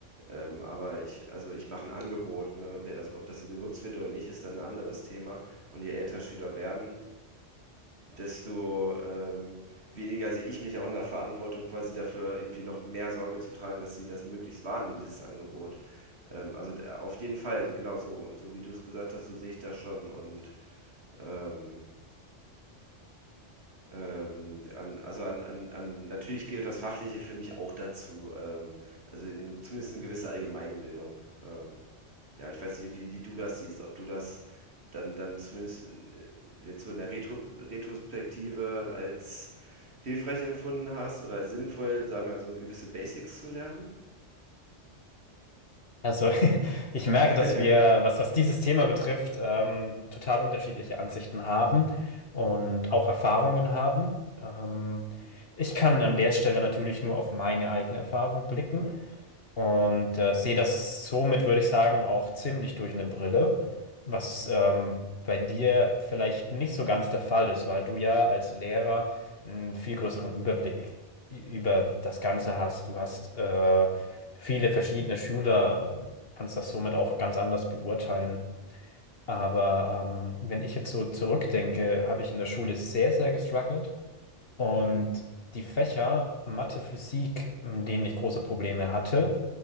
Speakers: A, on the right; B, on the left.
A: ähm, aber ich, also ich mache ein Angebot, ne? Wer das, ob das so genutzt wird oder nicht, ist dann ein anderes Thema. Und je älter Schüler werden, desto ähm, weniger sehe ich mich auch in der Verantwortung, quasi dafür irgendwie noch mehr Sorge zu tragen, dass sie das möglichst wahrnehmen, dieses Angebot. Ähm, also da- auf jeden Fall, also genau so, so wie du es gesagt hast, so sehe ich das schon. Und ähm, Ähm, an, also an, an, an, natürlich gehört das Fachliche für mich auch dazu. Ähm, also in, zumindest eine gewisse Allgemeinbildung. Ähm, ja, ich weiß nicht, wie, wie du das siehst, ob du das dann, dann zumindest in- äh, jetzt so in der Retro Retrospektive als hilfreich empfunden hast oder als sinnvoll, sagen wir mal, so gewisse Basics zu lernen.
B: Also <laughs> ich merke,
A: <laughs>
B: dass wir, was, was dieses Thema betrifft, ähm, total unterschiedliche Ansichten haben und auch Erfahrungen haben. Ähm, ich kann an der Stelle natürlich nur auf meine eigene Erfahrung blicken.
A: Hm,
B: Und äh, sehe das somit, würde ich sagen, auch ziemlich durch eine Brille, was ähm, bei dir vielleicht nicht so ganz der Fall ist, weil du ja als Lehrer einen viel größeren Überblick i- über das Ganze hast. Du hast äh, viele verschiedene Schüler, kannst das somit auch ganz anders beurteilen. Aber ähm, wenn ich jetzt so zurückdenke, habe ich in der Schule sehr, sehr gestruggelt und
A: hm,
B: die Fächer Mathe, Physik, in denen ich große Probleme hatte,